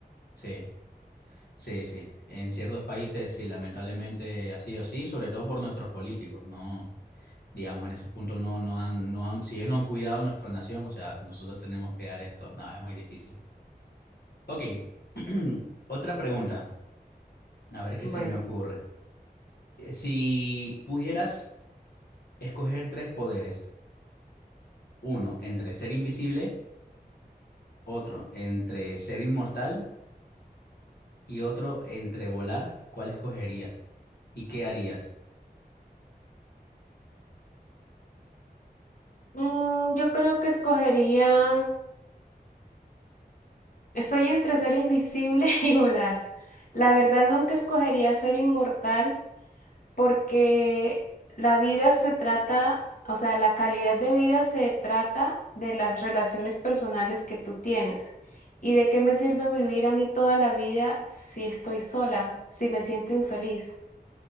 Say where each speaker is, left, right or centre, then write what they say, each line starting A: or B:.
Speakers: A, on the left; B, on the left.
A: Sí, sí, sí. En ciertos países, sí, lamentablemente ha sido así, sobre todo por nuestros políticos, ¿no? Digamos, en esos puntos no, no han, no han, si ellos no han cuidado nuestra nación, o sea, nosotros tenemos que dar esto. No, es muy difícil. Ok. <clears throat> Otra pregunta, a ver qué
B: Bueno,
A: se me ocurre. Eh, Si pudieras Escoger tres poderes. Uno entre ser invisible, otro entre ser inmortal y otro entre volar. ¿Cuál escogerías? ¿Y qué harías?
B: mm, yo creo que escogería Estoy entre ser invisible <laughs> y volar. La verdad, nunca escogería ser inmortal porque la vida se trata, o sea, la calidad de vida se trata de las relaciones personales que tú tienes. ¿Y de qué me sirve vivir a mí toda la vida si estoy sola, si me siento infeliz?